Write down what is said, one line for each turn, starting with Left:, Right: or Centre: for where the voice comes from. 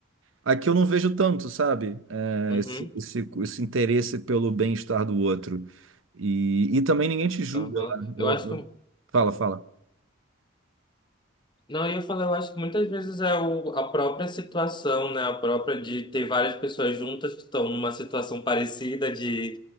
Right: Aqui eu não vejo tanto, sabe? É,
Left: Uhum.
Right: esse, esse, esse interesse pelo bem-estar do outro. E, e também ninguém te julga
Left: Aham.
Right: lá.
Left: Eu
Right: Eu-
Left: acho
Right: eu-
Left: que.
Right: Fala, fala.
Left: Não, eu ia falar, eu acho que muitas vezes é o, a própria situação, né? A própria de ter várias pessoas juntas que estão numa situação parecida de